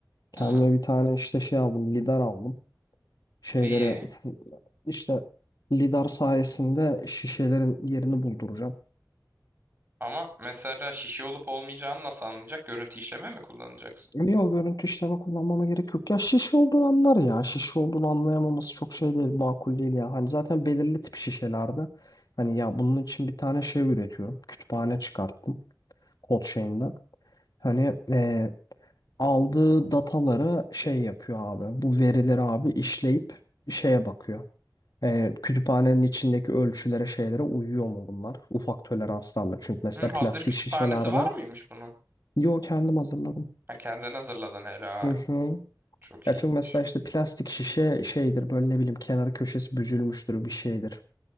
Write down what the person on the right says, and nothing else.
Hmm,
iyi.
Ama mesela şişe olup olmayacağını nasıl anlayacak? Görüntü işleme mi kullanacaksın?
Hı, hazır
kütüphanesi
var mıymış bunun?
Ha, kendin hazırladın helal.
Çok
iyiymiş.